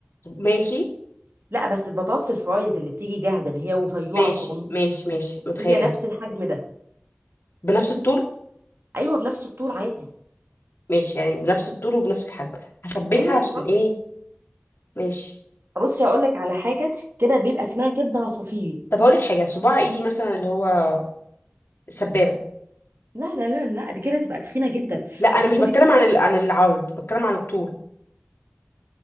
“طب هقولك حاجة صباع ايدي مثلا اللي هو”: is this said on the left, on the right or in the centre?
Left